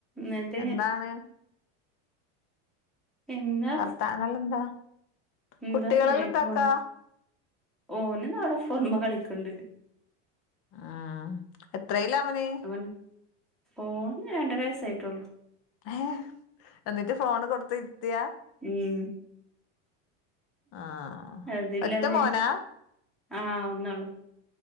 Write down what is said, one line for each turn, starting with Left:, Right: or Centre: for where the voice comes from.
Centre: ന്നട്ടേ
Left: എന്താണ്
Centre: എന്നാ
Left: വർത്താനല്ല എന്താ
Centre: എന്താ
Left: കുട്ടികളെല്ലാം
Centre: സുഖായിട്ട്
Left: എന്താക്കാ
Centre: പോണ് ഓനതാ അവിടെ ഫോണ് മ്മെ കളിക്ണ്ട്
Left: ആഹ്, എത്രല്ല അവന്?
Centre: ഞാൻ ഓന് രണ്ടര വയസേ ആയിട്ടോള്ളു
Left: ഏഹ, എന്നിട്ട് ഫോണ് കൊടുതിരിത്തിയ?
Centre: ഉം
Left: ആ
Centre: അതില്ലാതെ,
Left: ഒറ്റ മോനാ
Centre: ആഹ് ഒന്നേള്ളൂ.